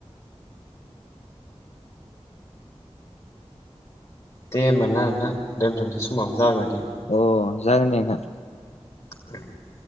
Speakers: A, on the left; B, on the left.
A: दे होमबाना नोंथां दोनथ'नोसै समाबो जाबाय माथो।
B: अ जागोन दे नोंथां
A: <unintelligible>